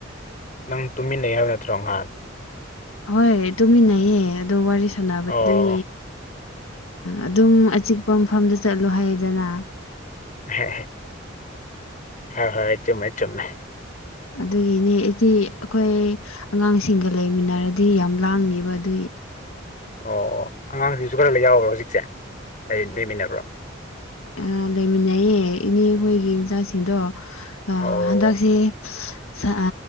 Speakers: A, on the left (about 40°); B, on the left (about 90°).
A: ꯅꯪ ꯇꯨꯝꯃꯤꯟꯅꯩꯌꯦ ꯍꯥꯏꯕ ꯅꯠꯇ꯭ꯔꯣ ꯉꯥꯍꯥꯟ
B: ꯍꯣꯏ ꯇꯨꯃꯤꯟꯅꯩꯌꯦ ꯑꯗꯣ ꯋꯥꯔꯤ ꯁꯥꯟꯅꯕꯗꯤ
A: ꯑꯣ
B: ꯑꯗꯨꯝ ꯑꯆꯤꯛꯄ ꯃꯐꯝꯗ ꯆꯠꯂꯣ ꯍꯥꯏꯌꯦꯗꯅ
A: ꯍꯦ ꯍꯦ ꯍꯣꯏ ꯍꯣꯏ ꯆꯨꯝꯃꯦ ꯆꯨꯝꯃꯦ
B: ꯑꯗꯨꯒꯤꯅꯦ ꯑꯩꯗꯤ ꯑꯩꯈꯣꯏ ꯑꯉꯥꯡꯁꯤꯡꯒ ꯂꯩꯃꯤꯟꯅꯔꯗꯤ ꯌꯥꯝ ꯂꯥꯡꯅꯤꯕ ꯑꯗꯨꯏ
A: ꯑꯣ ꯑꯉꯥꯡꯁꯤꯡꯁꯨ ꯈꯔ ꯌꯥꯎꯕ꯭ꯔꯣ ꯍꯧꯖꯤꯛꯁꯦ ꯑꯩ ꯂꯩꯃꯤꯟꯅꯕ꯭ꯔꯣ
B: ꯑꯥ ꯂꯩꯃꯤꯟꯅꯩꯌꯦ ꯏꯅꯦ ꯈꯣꯏꯒꯤ ꯃꯆꯥꯁꯤꯡꯗꯣ ꯑꯥ
A: ꯑꯣ
B: ꯍꯟꯗꯛꯁꯦ ꯁꯥ